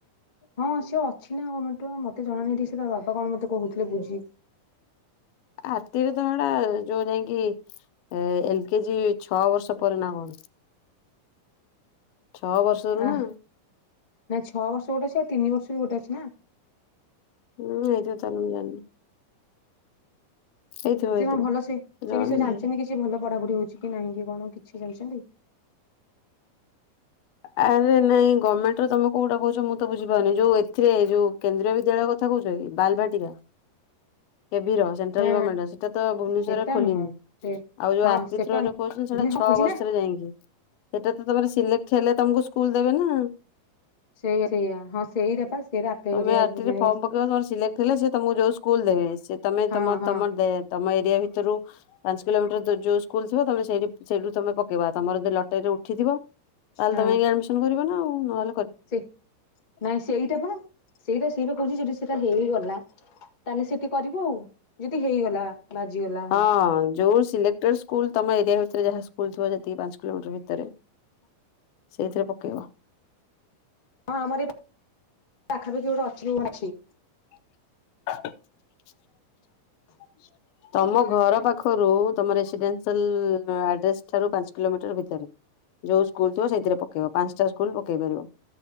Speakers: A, on the left (about 30°); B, on the left (about 90°).
A: ହଁ ସିଏ ଅଛି ନାଁ କଣ ତ ମତେ ଜଣାନାହିଁ ଠିକ୍ ତା ବାପା କଣ ମତେ କହୁଥିଲେ ବୁଝିକି
B: ଆର୍ତିରେ ତ ହେଟା ଯୋଉ ଯାଇକି ଏଲ କେଜି ହୁଁ! ଛଅ ବର୍ଷ ପରେ ନା କଣ? ଛଅ ବର୍ଷରୁ
A: ଆଃ
B: ନା।
A: ନାଇଁ ଛଅ ବର୍ଷ ଗୋଟେ ଅଛି ଆଉ ତିନି ବର୍ଷ ବି ଗୋଟେ ଅଛି ନା?
B: ଉଁ <unintelligible> ଜାଣିନି। ହେଇଥିବ ହେଇଥିବ
A: ସେ କଣ ଭଲ ସେ
B: ଜଣା
A: ସେ ବିଷୟରେ
B: ନାହିଁ।
A: ଜାଣିଚନ୍ତି କିଛି ଭଲ ପଢାପୁଢି ହଉଚି କି ନାହିଁ କି କଣ କିଛି ଜାଣିଛନ୍ତି?
B: ଆରେ ନାଇଁ ଗମେଣ୍ଟ ର ତମେ କୋଉଟା କଉଚ ମୁଁ ତ ବୁଝିପାରୁନି ଯଉ ଏଥିରେ ଯୋଉ କେନ୍ଦ୍ରୀୟ ବି ଦ୍ୟାଳୟ କଥା କଉଚ କି? ବାଲଭାଟିକା <unintelligible> ସେନଟ୍ରାଲ୍
A: ନା
B: ଗମେଣ୍ଟ ର ସେଟା ତ ଭୁବନେଶରରେ
A: ସେଟା
B: ଖୋଲିିନି।
A: ନୁହଁ ସେ
B: ଆଉ ଯୋଉ
A: ହଁ
B: ଆର୍ଟି
A: ସେଟା
B: ଥ୍ରୋ
A: ନୁହଁ
B: ରେ କହୁଚନ୍ତି ସେଟା ଛଅ
A: ହଁ ଖୋଲିଛି
B: ବର୍ଷରେ
A: ନା
B: ଯାଇଁକି ସେଟା ତ ତମର <unintelligible> ହେଲେ ତମକୁ ସ୍କୁଲ ଦେବେ ନା।
A: ସେଇ ସେଇଆ ହଁ ସେଇଟା ପା ସେଇଟା ଆପ୍ଲାଏ
B: ତମେ
A: କରିବାକୁ
B: ଆର୍ଟି ରେ
A: ମାନେ
B: ଫର୍ମ ପକେଇବ ନ ହେଲେ ସିଲେକ୍ଟ ହେଲେ ସେ ତମକୁ ଯୋଉ ସ୍କୁଲ୍ ଦେବେ ସେ ତମେ
A: ହଁ
B: ତମ
A: ହଁ
B: ତମ ଦେ ତମ ଏରିଆ ଭିତରୁ ପାଞ୍ଚ କିଲୋମିଟର ଯୋଉ ସ୍କୁଲ ଥିବ ତମେଠ ସେଇଠୁ ତମେ ପକେଇବା ତମର ଯି ଲଟେରୀରେ ଉଠିଥିବ। ତାହାଲେ
A: ହଁ
B: ତମେ ଆଡମିସନ କରିବା ନା ଆଉ। ହଲ
A: ସେ ନାଇଁ ସେଇଟା ବା ସେଇଟା ସେଇଟା କହୁଛି ଯଦି ସେଇଟା ହେଇଗଲା ତାହେଲେ ସେଠି କରିବ ଆଉ। ଯଦି ହେଇଗଲା ବାଜିଗଲା
B: ହଁ ହଁ ଯଉ ସିଲେକ୍ଟ ସ୍ଲ ତମ ଏରିଆ ଭିତରେ ଯାହା ସ୍କୁଲ ଥିବ ଯେତିକି ପାଞ୍ଚ କିଲୋମିଟର ଭିତରେ ସେଇଥିରେ ପକେଇବ।
A: ହଁ ଆମର ଏ ପାଖାପାଖି ଗୋଟେ ଅଚୁ ଅଛି।
B: <inaudible>
A: <inaudible>
B: ତମ ଘର ପାଖରୁ ତମ ରେସିଡେନ୍ସି ଆଡ୍ରେସ ଠାରୁ ପାଞ୍ଚ କିଲୋମିଟର ଭିତରେ ଯୋଉ ସ୍କୁଲ ଥିବ ସେଇଥିରେ ପକେଇବା। ପାଞ୍ଚଟା ସ୍କୁଲ ପକେଇ ପାରିବ।